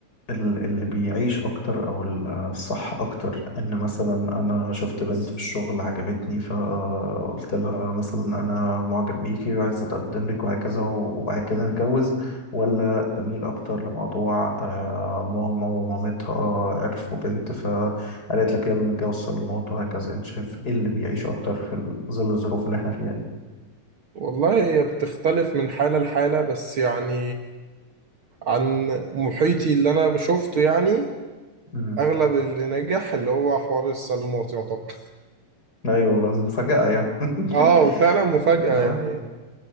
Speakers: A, on the left; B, on the right.
A: ال- اللي بيعيش اكتر او ال- الصح اكتر ان مثلا انا شفت بنت في الشغل عجبتني فقلت لها مثلا انا معجب بيكي وعايز اتقدم لك وهكذا و- وبعد كده نتجوز ولا تميل اكتر لموضوع آه، ماما ومامتها عرفوا بنت فقالت لك يلا نتجوز صالونات وهكذا انت شايف ايه اللي بيعيش اكتر في ال- ظل الظروف اللي احنا فيها دي؟
B: والله هي بتختلف من حالة لحالة بس يعني عن محيطي اللي انا شفته يعني
A: مم.
B: اغلب اللي نجح اللي هو حوار الصالونات يعتبر
A: ايوه والله مفاجأة يعني <laughs>
B: اه وفعلا مفاجأة
A: آه،
B: يعني